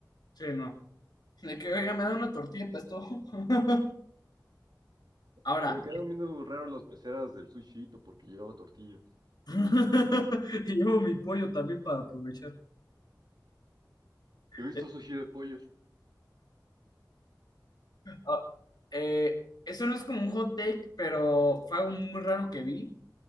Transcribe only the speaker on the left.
Sí, no. De que, oiga, me da una tortilla para esto. <laughs>
Ahora,
<laughs> y llevo mi pollo también para aprovechar.
Eh,
ah, eh, eso no es como un hot take, pero fue algo muy raro que vi.